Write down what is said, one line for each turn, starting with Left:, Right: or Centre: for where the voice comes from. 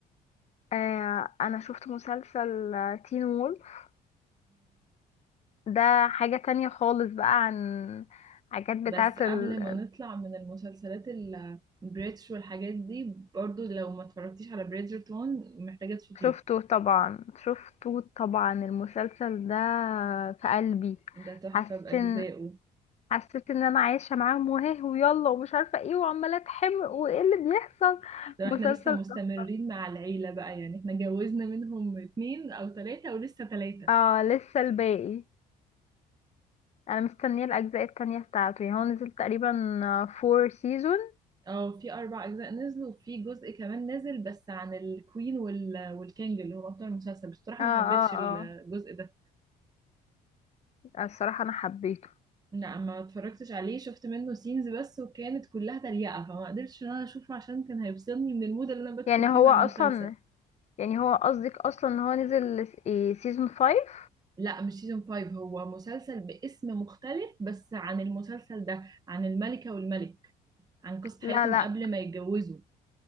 Left: آه انا شفت مسلسل تين وولف ده حاجة تانية خالص بقى عن حاجات بتاعت
Right: بس قبل
Left: ال...
Right: ما نطلع من المسلسلات ال- البريتش والحاجات دي برضو لو ما اتفرجتيش على بريدجرتون محتاجة تشوفيه
Left: شفته طبعا شفته طبعا المسلسل ده في قلبي
Right: ده تحفة
Left: حاسس
Right: بأجزائه
Left: إن- حسيت ان انا عايشه معاهم وهاه ويلا ومش عارفه ايه وعماله اتحمق وايه اللي بيحصل
Right: لو
Left: مسلسل
Right: احنا لسه مستمرين
Left: تحفة.
Right: مع العيلة بقى يعني احنا جوزنا منهم اتنين أو تلاتة ولسه تلاتة
Left: اه لسه الباقي انا مستنيه الاجزاء التانية بتاعته يعني هو نزل تقريبا فور سيزون
Right: اه في أربع أجزاء نزلوا وفي جزء كمان نزل بس عن الكوين وال... والكينج اللي هو بطل المسلسل بس بصراحة
Left: اه
Right: ما حبيتش الجزء
Left: اه
Right: ده
Left: اه الصراحه انا حبيته
Right: لا ما اتفرجتش عليه شفت منه سينز بس وكانت كلها تريقة فما قدرتش ان انا اشوفه عشان كان هيفصلني من المود اللي انا بدخل
Left: يعني
Right: فيه
Left: هو
Right: مع
Left: اصلا
Right: المسلسل
Left: يعني هو قصدك اصلا ان هو نزل سيزون فايف
Right: لا مش سيزون 5 هو مسلسل باسم مختلف بس عن المسلسل ده عن الملكة والملك عن قصة
Left: لا
Right: حياتهم
Left: لا
Right: قبل ما يتجوزوا